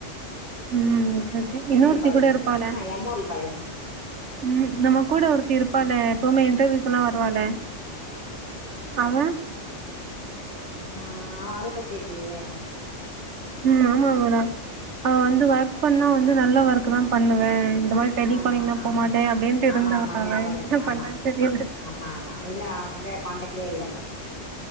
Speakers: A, on the right; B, on the left.
A: ம் ஓகே ஓகே இன்னோ ஒருத்தி
B: காலேஜ்
A: கூட இருப்பாலே
B: நெனைக்கிறே ஆ எம் ஓ பி காலேஜ் நெனைக்கிறே
A: ம் நம்ம கூட ஒருத்தி இருப்பாலே
B: ம்
A: எப்பவுமே இன்டர்வியூக்கெல்லா வருவாள்ளே அவ
B: ஆ அவ அத பத்தி தெரிலயே
A: ம் ஆமா அவ அவ வந்து ஒர்க் பண்ணா வந்து நல்ல ஒர்க் தா பண்ணுவ இந்த மாதிரி டெலிகாலிங்லா
B: ஆ ஆ
A: போமாட்ட அப்டின்ட்டு
B: ஆமா
A: இருந்தா
B: ஆமா
A: அவ
B: ஞாபக
A: என்ன
B: இருக்கு ஆமா
A: பண்றான்னு தெரில
B: ஆமா ஆமா இல்ல அவங்க கான்டெக்ட்லயே இல்லண்ணா